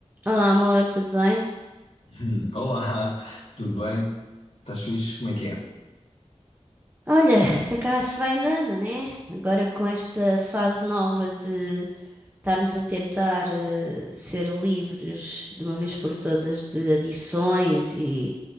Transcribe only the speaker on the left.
<laughs> Hum, Olá, tudo bem? Estás fixe? Como é que é?